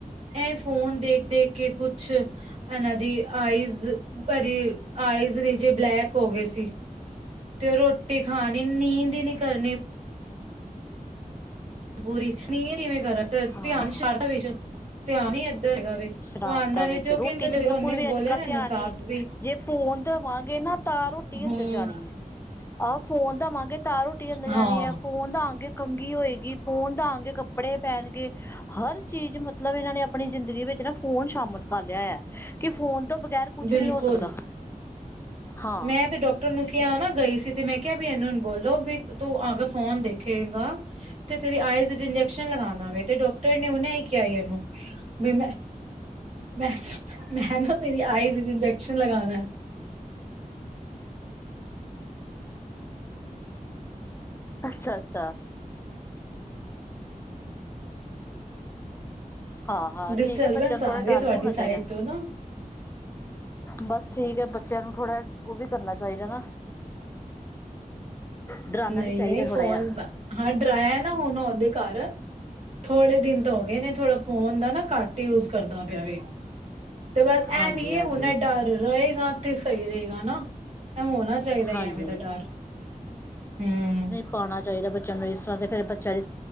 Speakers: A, on the right; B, on the left.
A: ਐਏ ਫੋਨ ਦੇਖ-ਦੇਖ ਕੇ ਕੁਛ ਇਹਨਾਂ ਦੀ ਆਈਜ਼, ਇਹਦੀ ਆਈਜ਼ ਨੀਚੇ ਬਲੈਕ ਹੋ ਗਏ ਸੀ। ਤੇ ਉਹ ਰੋਟੀ ਖਾਣੀ ਨੀਂਦ ਹੀ ਨੀ ਕਰਨੀ ਬੂਰੀ, ਨੀਂਹ ਨੀਵੇਂ ਕਰਾ ਤੇ
B: ਹਾਂ
A: ਧਿਆਨ
B: ਹਾਂ
A: ਛੱਡਦਾ ਵਿੱਚ, ਧਿਆਨ ਹੀ ਇੱਧਰ ਹੈਗਾ ਵੇ
B: ਸ਼ਰਾਰਤਾਂ
A: ਉਹ ਆਉਂਦਾ ਨੀ
B: ਵਿੱਚ
A: ਤੇ ਉਹ
B: ਰੋਟੀ
A: ਕਹਿੰਦਾ ਵੀ
B: ਬਿਲਕੁਲ
A: ਉਹਨੇ ਬੋਲਿਆ
B: ਅੱਜ ਕੱਲ੍ਹ
A: ਨਾ ਇਨਸਾਫ਼
B: ਧਿਆਨ ਨੀ
A: ਵੀ
B: ਜੇ ਫੋਨ ਦੇਵਾਂਗੇ ਨਾ ਤਾਂ ਰੋਟੀ
A: ਹੂੰ
B: ਅੰਦਰ ਜਾਣੀ ਐ। ਆਹੋ ਫੋਨ ਦਵਾਂਗੇ ਤਾਂ ਰੋਟੀ ਅੰਦਰ
A: ਹਾਂ-ਹਾਂ
B: ਜਾਣੀ ਆ, ਫੋਨ ਦਵਾਂਗੇ ਆਗੇ ਕੰਘੀ ਹੋਏਗੀ, ਫੋਨ ਦਾ ਆਗੇ ਕੱਪੜੇ ਪੈਣਗੇ ਹਰ ਚੀਜ਼ ਮਤਲਬ ਇਹਨਾਂ ਨੇ ਆਪਣੀ ਜ਼ਿੰਦਗੀ ਵਿੱਚ ਨਾ ਫੋਨ ਸ਼ਾਮਲ ਕਰ ਲਿਆ ਐ, ਕਿ ਫੋਨ ਤੋਂ ਬਗੈਰ ਕੁਛ
A: ਬਿਲਕੁਲ
B: ਨੀ ਹੋ ਸਕਦਾ। ਹਾਂ
A: ਮੈਂ ਤੇ ਡੋ ਤੈਨੂੰ ਕਿਹਾ ਨਾ ਗਈ ਸੀ ਤੇ ਮੈਂ ਕਿਹਾ ਵੀ ਇਹਨਾਂ ਬੋਲੋ ਵੀ ਤੂੰ ਆ ਕੇ ਫੋਨ ਦੇਖੇਗਾ। ਤੇ ਤੇਰੀ ਆਇਜ਼ ਵਿਚ ਇੰਜੈਕਸ਼ਨ ਲਗਾਣਾ ਵੇ ਤੇ ਡਾਕਟਰ ਨੇ ਉਹਨੇ ਹੀ ਕਿਹਾ ਇਹਨੂੰ ਵੀ ਮੈਂ, ਮੈਂ-ਮੈਂ ਨਾ ਤੇਰੀ ਆਈਜ਼ 'ਚ' ਇੰਜੈਕਸ਼ਨ ਲਗਾਣਾ।
B: ਅੱਛਾ-ਅੱਛਾ। ਹਾਂ-ਹਾਂ
A: ਡਿਸਟਰਬੈਂਸ
B: ਠੀਕ ਐ ਬੱਚਿਆਂ ਨੂੰ
A: ਆ
B: ਥੋੜ੍ਹਾ ਡਰ
A: ਰਹੀ ਤੁਹਾਡੀ
B: ਵੀ ਹੋਣਾ ਚਾਹੀਦਾ।
A: ਸਾਈਡ ਤੋਂ ਨਾ
B: ਬੱਸ ਠੀਕ ਐ, ਬੱਚਿਆਂ ਨੂੰ ਥੋੜਾ ਉਹ ਵੀ ਕਰਨਾ ਚਾਹੀਦਾ ਨਾ, ਡਰਾਣਾ
A: ਨਹੀਂ
B: ਵੀ ਚਾਹੀਦਾ
A: ਨਹੀਂ ਫੋਨ
B: ਥੋੜਾ ਜਾ।
A: ਹਾਂ ਡਰਾਇਆ ਨਾ ਉਹਨੂੰ ਓਹਦੇ ਘਰ। ਥੋੜੇ ਦਿਨ ਤਾਂ ਹੋ ਗਏ ਨੇ ਥੋੜਾ ਫੋਨ ਦਾ ਨਾ ਘੱਟ ਯੂਜ ਕਰਦਾ ਪਿਆ ਵੇ। ਤੇ ਬੱਸ ਐਂ
B: ਹਾਂਜੀ
A: ਵੀ ਇਹ
B: ਹਾਂਜੀ
A: ਹੁਣ ਡਰ ਰਹੇਗਾ ਤੇ ਸਹੀ ਰਹੇਗਾ ਨਾ। ਇਹ ਹੋਣਾ ਚਾਹੀਦਾ
B: ਹਾਂਜੀ।
A: ਐਵੇਂ ਦਾ ਡਰ ਹੂੰ
B: ਪਾਣਾ ਚਾਹੀਦਾ ਬੱਚਿਆਂ ਨੂੰ ਇਸ ਤਰ੍ਹਾਂ ਫੇਰ ਬੱਚਿਆਂ ਦੀ,